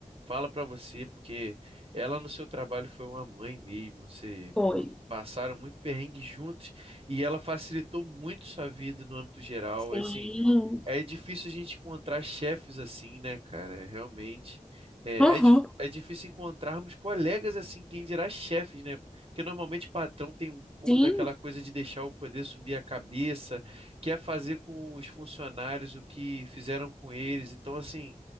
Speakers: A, on the right; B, in the centre.
A: Fala pra você, porque ela no seu trabalho foi uma mãe mesmo. Você,
B: foi.
A: pô, passaram muito perrengue juntos e ela facilitou muito sua vida no âmbito geral.
B: Sim.
A: Assim, é difícil a gente encontrar chefes assim, né, cara? É Realmente. É,
B: Uhum.
A: é, dif- é difícil encontrarmos colegas assim, quem dirá chefes, né? Porque normalmente patrão tem um pouco
B: Sim.
A: daquela coisa de deixar o poder subir a cabeça, quer fazer com os funcionários o que fizeram com eles. Então, assim,